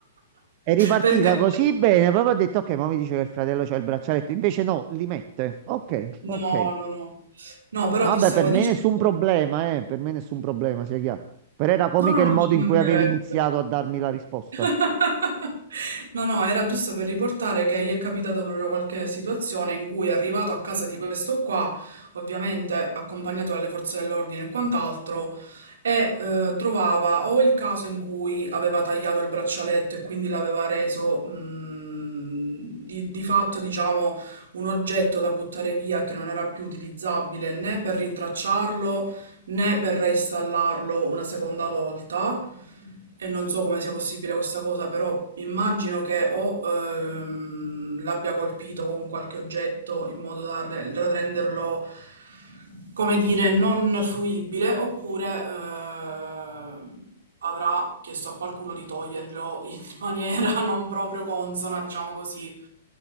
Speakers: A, on the right (about 45°); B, on the right (about 80°).
A: È ripartita
B: Per carità.
A: così bene, proprio ho detto ok, ma mi dice che il fratello c'ha il braccialetto, invece no, li mette. Ok,
B: No,
A: ok.
B: no, no. No, però
A: No,
B: ti
A: Vabbè,
B: stavo
A: per
B: dicendo
A: me nessun problema, eh, per me nessun problema, sia chiaro. Però era comica
B: no, no,
A: il
B: no,
A: modo
B: ci mancherebbe.
A: in cui avevi iniziato a darmi la risposta.
B: <laughs> No, no, era giusto per riportare che gli è capitata proprio qualche situazione in cui è arrivato a casa di questo qua, ovviamente accompagnato dalle forze dell'ordine e quant'altro, e eh, trovava o il caso in cui aveva tagliato il braccialetto e quindi l'aveva reso mh, di, di fatto, diciamo, un oggetto da buttare via che non era più utilizzabile né per rintracciarlo né per reinstallarlo una seconda volta. E non so come sia possibile questa cosa, però immagino che o ehm, l'abbia colpito con qualche oggetto in modo da, re- da renderlo, come dire, non fruibile, oppure ehm, avrà chiesto a qualcuno di toglierlo maniera <laughs> non proprio consona, diciamo così.